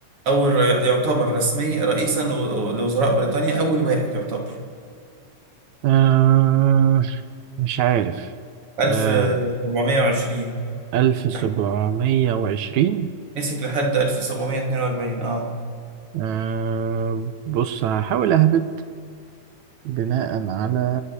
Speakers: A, on the right; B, on the right.
A: اول رئي... يعتبر رسمي رئيسا لو- لوزراء بريطانيا اول واحد يعتبر
B: آه مش عارف
A: 1720
B: آه ألف
A: لح-
B: سبعمية وعشرين
A: مسك لحد 1742 اه
B: آه بص هحاول أهبط بناء على